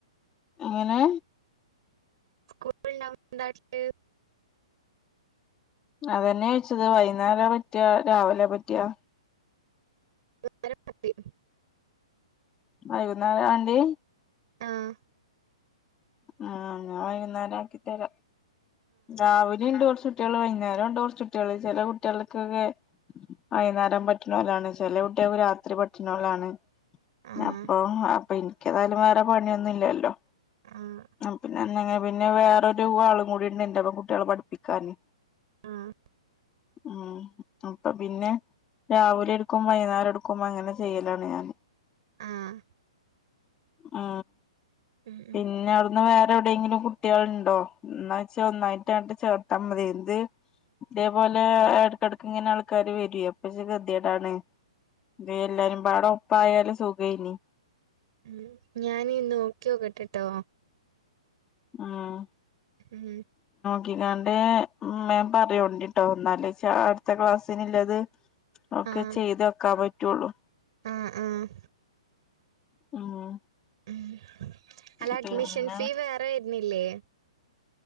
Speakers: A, on the left; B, on the right.
A: എങ്ങനെ
B: സ്കൂൾ <unintelligible>
A: അതന്നെ ചോയ്ച്ചത് വൈകുന്നേര പറ്റാ രാവിലെ പറ്റാ
B: <unintelligible> മതി
A: വൈകുന്നേരാണ്ടിയെ
B: ആഹ്
A: ആ ന്നാ വൈകുന്നേരം ആക്കി തരാ രാവിലിം ഇണ്ട് കൊർച്ച് കുട്ടിയേള് വൈകുന്നേരു ണ്ട് കൊർച്ച്കുട്ടിയേള് ചില കുട്ടികൾക്കൊക്കെ വൈന്നേരം പറ്റ്ണോലാണ്. ചെലകുട്ടികൾക്ക് രാത്രി പറ്റ്ണോലാണ്
B: ആഹ്
A: അപ്പം അപ്പ ഇൻക്കേതായാലും വേറെ പണിയൊന്നു ഇല്ലല്ലോ
B: ആഹ്
A: പിന്നെ എന്ന്ങ്ങന പിന്നെ വേറൊരു ആളും കൂടി ണ്ട് ഇന്റെ പ്പം കുട്ടിയേളെ പഠിപ്പിക്കാന്
B: ആഹ്
A: ആഹ് അപ്പൊ പിന്നെ രാവിലെ എടുക്കും വൈകുന്നേരം എടുക്കും അങ്ങനെ ചെയ്യലാണ് ഞാൻ
B: ആഹ്
A: ആ
B: ഉം ഉം
A: പിന്നെ അവിടന്ന് വേ റെ എവിടെയെങ്കിലും കുട്ടിയേൾ ഇണ്ടോ ഇന്നാ ച്ച് ഒന്നായിട്ടട്ട് ചേർത്താൽ മതിന്നത് ഇത് ഇതേപോലെ ഇടക്കെടക്ക് ഇങ്ങനെ അൾ ക്കാര് വരേ അപ്പൊ ച്ച് ഗതിയേടാണ് ഇത് എല്ലാരും പാട ഒപ്പായാല് സുഖേനി
B: ഉം ഞാനെ നോക്കിയോക്കട്ടട്ടോ
A: ആഹ്
B: ഉം
A: <unintelligible> ഇമ്മേം പറയോണ്ടിട്ടോ ഇന്നാലേച അട് ത്തെ ക്ലാസ്സിനില്ലത് ഒക്കെ
B: ആഹ്
A: ചെയ്ത് വെക്കാൻ പറ്റുള്ളു
B: ആഹ് ആഹ്
A: ഉം
B: ഉം അല്ല അഡ്മിഷൻ
A: പിന്നെ
B: ഫീ വേറെ ഏരുന്നില്ലേ